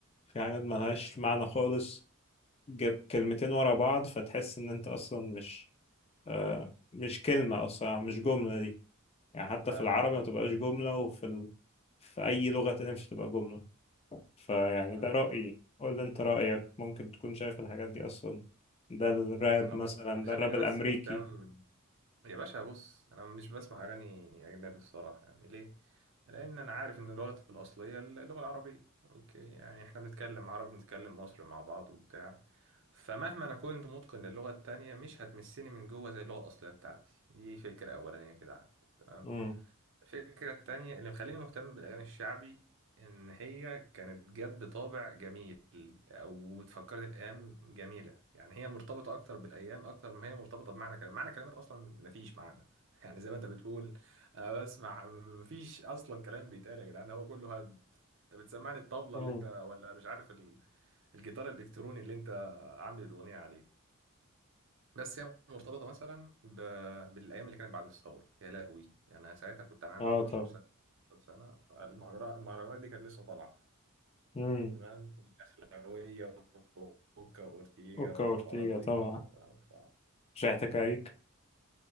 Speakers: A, on the left; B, on the right.
A: في حاجات ملهاش معنى خالص ج- كلمتين ورا بعض فتحس ان انت اصلا مش آه، مش كلمة اصلا أو مش جملة دي يعني حتى
B: فاهم
A: في العربي ما تبقاش جملة وفي ال... في أي لغة تانية مش هتبقى جملة فيعني
B: فاهم
A: ده رأيي قول لي أنت رأيك ممكن تكون شايف الحاجات دي أصلا ده الراب
B: انا
A: مثلا
B: بص خليني
A: ده الراب الأمريكي
B: بس مهتم يا باشا بص انا مش بسمع اغاني اجنبي الصراحه يعني ليه لان انا عارف ان اللغه الاصليه اللغه العربيه اوكي يعني احنا بنتكلم عربي بنتكلم مصري مع بعض وبتاع فمهما انا كنت متقن للغه التانية مش هتمسني من جوه زي اللغه الاصليه بتاعتي دي فكره اولانيه كده عندي تمام
A: امم
B: الفكرة التانية اللي مخليني مهتم بالأغاني الشعبي إن هي كانت جت بطابع جميل أو بتفكرني بأيام جميلة يعني هي مرتبطة أكتر بالأيام أكتر ما هي مرتبطة بمعنى كلام معنى كلمات أصلا مفيش معنى <laughs> يعني زي ما أنت بتقول أنا بسمع مفيش أصلا كلام بيتقال يا جدعان هو كله هبد أنت بتسمعني الطبلة
A: امم
B: اللي أنت ولا مش عارف ال- الجيتار الإلكتروني اللي أنت عامل الأغنية عليه بس هي مرتبطه مثلا ب... بالايام اللي كانت بعد الثوره يا لهوي يعني انا ساعتها كنت انا عندي
A: اه
B: 12
A: طبعا
B: سنه 12 سنه المهرجانات المهرجانات دي كانت لسه طالعه
A: امم
B: تمام اخلاويه وكوكا واورتيجا
A: أوكا
B: والحوارات
A: أورتيجا
B: دي
A: طبعا
B: تمام ف
A: شحت كاريك